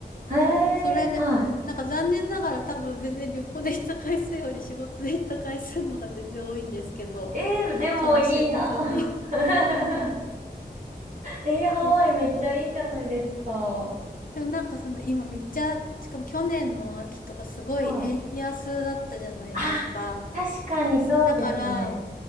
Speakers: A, on the right; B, on the left.
A: う。へ
B: それで、
A: え、は
B: なんか残念ながら多分全然旅行で行った回数より仕事で行った回数の方が全然多いんですけど、
A: い。えー、
B: か、
A: でもいいな。
B: 悲しいことに
A: <laughs> えー、
B: <laughs>
A: ハワイめっちゃいいじゃないですか。
B: ですね。でもなんかその今めっちゃ、しかも去年の秋とかすごい円安だったじゃないですか。
A: はい。あ、確かにそうですね。
B: だから、